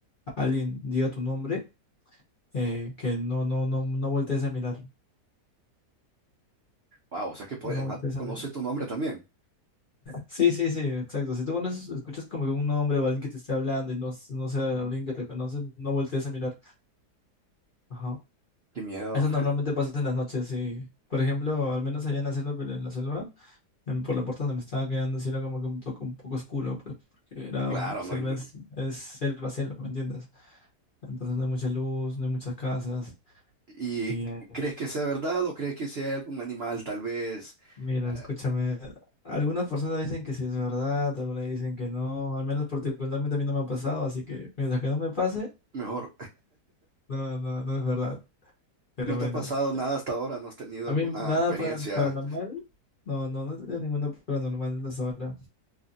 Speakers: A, on the left (about 40°); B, on the right (about 70°).
A: alguien diga tu nombre, eh, que no, no, no, no voltees a mirar,
B: Wow, o sea que puede-
A: no
B: ajá,
A: voltees
B: conoce
A: a mirar.
B: tu nombre también.
A: Sí, sí, sí, exacto. Si tú conoces, escuchas como que un hombre o alguien que te esté hablando y no, s- no sea alguien que te conoce, no voltees a mirar. Ajá.
B: Qué miedo.
A: Eso
B: <laughs>
A: normalmente pasa en las noches, y Por ejemplo, al menos allá en la selva, pero en la selva, en- por la puerta donde me estaba quedando, sí era como que un toque un poco oscuro, pues, porque era
B: Claro,
A: un- selva,
B: no, hay-
A: es, es selva, selva, ¿me entiendes? Entonces no hay mucha luz, no hay muchas casas.
B: ¿Y
A: Y eh,
B: crees que sea verdad o crees que sea algún animal? Tal vez,
A: mira,
B: eh,
A: escúchame, algunas personas dicen que sí es verdad, algunas dicen que no, al menos particularmente a mí no me ha pasado, así que mientras que no me pase...
B: mejor,
A: No, no, no es verdad. Pero
B: ¿no te
A: bueno,
B: ha pasado
A: este,
B: nada hasta ahora? ¿No has tenido
A: a
B: alguna
A: mí nada
B: experiencia
A: para- paranormal. No, no, no he tenido ninguna paranormal hasta ahora.